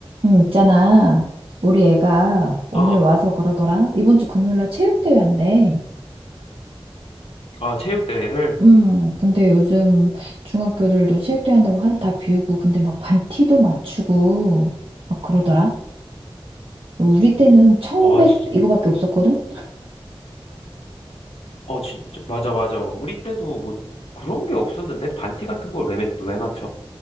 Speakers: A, on the right; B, on the left.
A: 응, 있잖아. 우리 애가 오늘
B: 아,
A: 와서 그러더라. 이번 주 금요일 날 체육대회 한대.
B: 아, 체육대회를?
A: 음, 근데 요즘 중학교들도 체육대회 한다고 하루 다 비우고, 근데 막 반티도 맞추고, 막 그러더라. 우리 때는 청백
B: 와, 진,
A: 이거밖에 없었거든?
B: 어, 진짜. 맞아, 맞아. 우리 때도 뭐 그런 게 없었는데? 반티 같은 걸 왜, 매- 왜 맞춰?